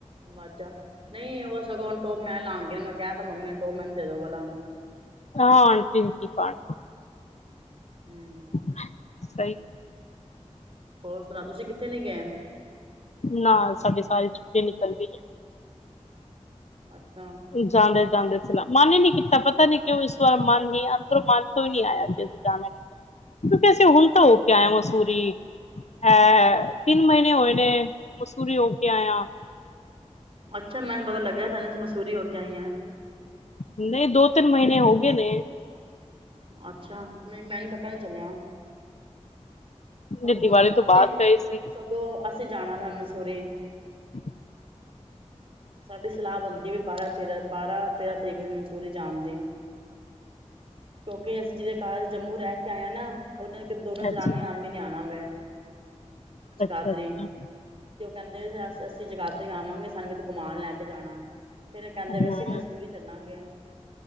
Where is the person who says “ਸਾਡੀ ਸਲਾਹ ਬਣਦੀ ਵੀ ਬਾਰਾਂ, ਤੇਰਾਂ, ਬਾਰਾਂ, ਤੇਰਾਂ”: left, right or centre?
Right